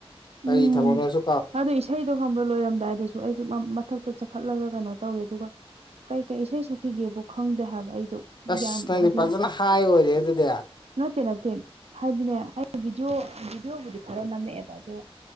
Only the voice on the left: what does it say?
ꯀꯔꯤ
ꯊꯕꯛꯅꯣꯖꯨ
ꯑꯁ
ꯅꯪꯗꯤ
ꯐꯖꯅ ꯍꯥꯏ ꯑꯣꯏꯔꯦ ꯑꯗꯨꯗꯤ